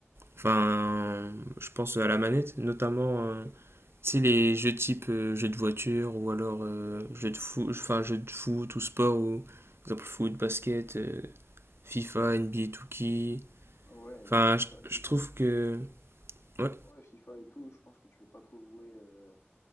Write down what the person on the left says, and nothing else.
Ouais,
FIFA
FIFA
ouais, FIFA et tout, je pense que tu peux pas trop jouer, heu